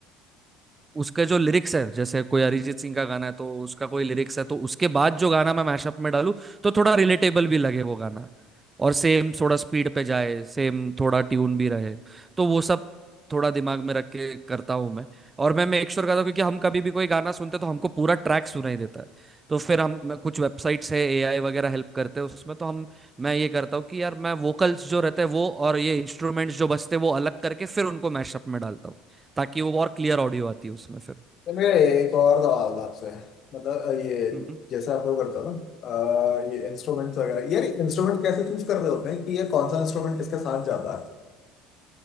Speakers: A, on the right (about 20°); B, on the left (about 45°).
A: उसके जो लिरिक्स है जैसे कोई अरिजीत सिंह का गाना है तो उसका कोई लिरिक्स है तो उसके बाद जो गाना मैं मैशअप में डालूं तो थोड़ा रिलेटेबल भी लगे वो गाना और सेम थोड़ा स्पीड पे जाए सेम थोड़ा ट्यून भी रहे तो वो सब थोड़ा दिमाग में रख के करता हूँ मैं और मैं मेक श्योर करता हूँ क्योंकि हम कभी भी कोई गाना सुनते हैं तो हमको पूरा ट्रैक सुनाई देता है तो फिर हम मैं- कुछ वेबसाइट्स है एआई वगैरह हेल्प करते हैं उसमें तो हम मैं ये करता हूँ कि यार मैं वोकल्स जो रहते हैं वो और ये इंस्ट्रूमेंट्स जो बजते हैं वो अलग करके फिर उनको मैशअप में डालता हूँ ताकि वो और क्लियर ऑडियो आती है उसमें फिर
B: ये मेरा एक और सवाल था आपसे मतलब ये
A: हम्म
B: जैसे आप लोग करते हो ना अ, ये इंस्ट्रूमेंट्स वगैरह यार इंस्ट्रूमेंट कैसे चूज कर रहे होते हैं कि ये कौन सा इंस्ट्रूमेंट किसके साथ जाता